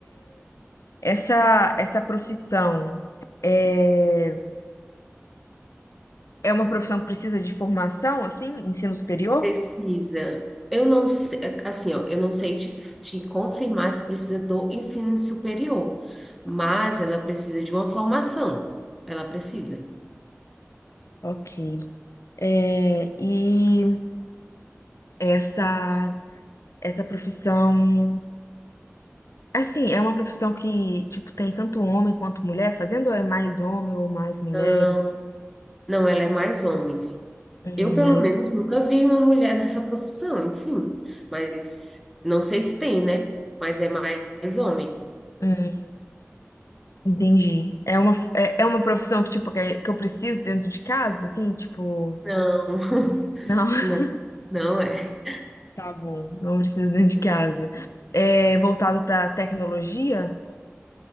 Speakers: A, on the left (about 80°); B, in the centre.
A: Essa, essa profissão é, é uma profissão que precisa de formação, assim, ensino superior?
B: precisa. Eu não sei, assim, ó, eu não sei te, te confirmar se precisa do ensino superior, mas ela precisa de uma formação. Ela precisa.
A: Ok. É, e essa, essa profissão, assim, é uma profissão que, tipo, tem tanto homem quanto mulher fazendo, ou é mais homem ou mais mulheres?
B: Não, não, ela é mais homens.
A: Hum,
B: Eu, pelo
A: mais.
B: menos, nunca vi uma mulher <laughs> nessa profissão, enfim. Mas não sei se tem, né? Mas é mais homem.
A: hum. Entendi. É uma, é, é uma profissão que, tipo, que, é- que eu preciso dentro de casa, assim, tipo,
B: Não, <laughs>
A: não, <laughs>
B: não, não é.
A: tá bom, não preciso dentro de casa. É voltado pra tecnologia?